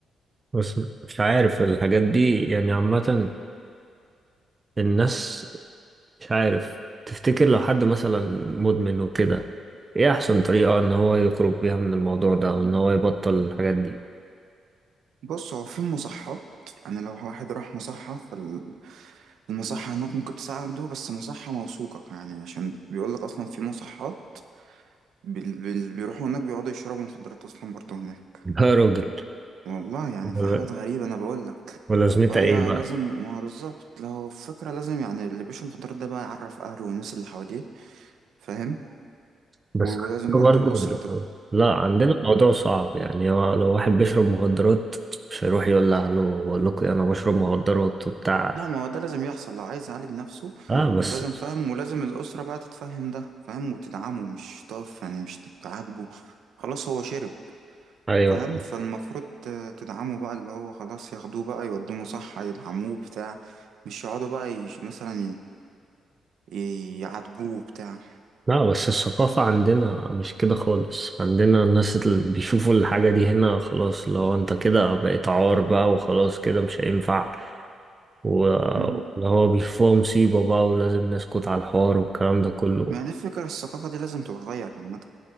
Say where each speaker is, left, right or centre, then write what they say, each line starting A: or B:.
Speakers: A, on the right; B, on the right.
A: بس مش عارف الحاجات دي يعني عامة الناس مش عارف تفتكر لو حد مثلا مدمن وكده ايه احسن طريقة ان هو يخرج بيها من الموضوع ده وان هو يبطل الحاجات دي
B: بص هو في مصحات يعني لو واحد راح مصحة فالمصحة هناك ممكن تساعده بس مصحة موثوقة يعني عشان بيقولك أصلا في مصحات بال- بال- بيروحوا هناك بيقعدوا يشربوا مخدرات أصلا برضو هناك
A: <laughs> يا راجل
B: والله يعني
A: ولا-
B: في حاجات غريبة أنا بقولك
A: ولازمتها
B: فهي
A: ايه بقى
B: لازم ما بالظبط لو فكرة لازم يعني اللي بيشرب مخدرات ده بقى يعرف أهله والناس اللي حواليه فاهم
A: بس
B: و- ولازم
A: عندنا
B: برضو الأسرة
A: برضو
B: تبقى
A: لا عندنا موضوع صعب يعني هو لو واحد بيشرب مخدرات مش هيروح يقول لأهله بقول لكم أنا بشرب مخدرات وبتاع
B: لا ما هو ده لازم يحصل لو عايز يعالج نفسه
A: اه بس
B: لازم فاهم ولازم الأسرة بقى تتفهم ده فاهم وتدعمه مش تقف يعني مش تعاتبه خلاص هو شرب
A: أيوه
B: فاهم فالمفروض ت- تدعمه بقى اللي هو خلاص ياخدوه بقى يودوه مصحة يدعموه بتاع مش يقعدوا بقى يش مثلا ي- ي- يعاتبوه بتاع
A: لا بس الثقافة عندنا مش كده خالص عندنا الناس اللي بيشوفوا الحاجة دي هنا خلاص لو أنت كده بقيت عار بقى وخلاص كده مش هينفع واللي
B: مم.
A: هو بيشوفوها مصيبة بقى ولازم نسكت على الحوار والكلام ده كله
B: ما هي دي الفكرة الثقافة دي لازم تتغير عامة